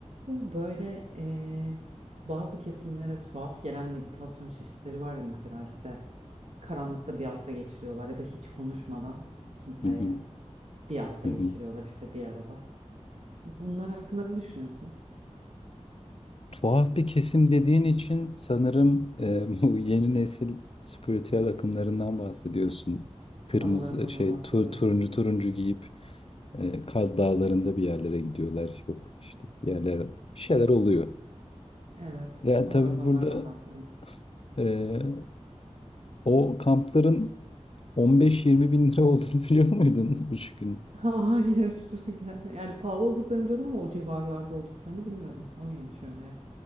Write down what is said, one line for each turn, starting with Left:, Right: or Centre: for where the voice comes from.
Right: Bu Böyle eee, bazı kesimlere tuhaf gelen meditasyon çeşitleri var ya mesela işte karanlıkta bir hafta geçiriyorlar ya da hiç konuşmadan kimseyle
Left: Hı hı,
Right: bir hafta
Left: hı
Right: geçiriyorlar
Left: hı.
Right: işte bir arada. Bunlar hakkında ne düşünüyorsun?
Left: Tuhaf bir kesim dediğin için sanırım e, <laughs> bu yeni nesil spiritüel akımlarından bahsediyorsun. Kırmızı
Right: Tam olarak ondan
Left: şey tu-
Right: bahsediyorum.
Left: turuncu turuncu giyip e, Kaz Dağları'nda bir yerlere gidiyorlar. Yok işte bir yerlere bir şeyler oluyor.
Right: Evet,
Left: Yani
Right: tam
Left: tabii
Right: olarak onlardan
Left: burada
Right: bahsediyorum.
Left: e, o kampların 15-20 bin lira olduğunu <laughs> biliyor muydun 3 gün?
Right: <laughs> Hayır. Yani pahalı olduklarını biliyordum ama o civarlarda olduklarını bilmiyordum. O neymiş öyle ya?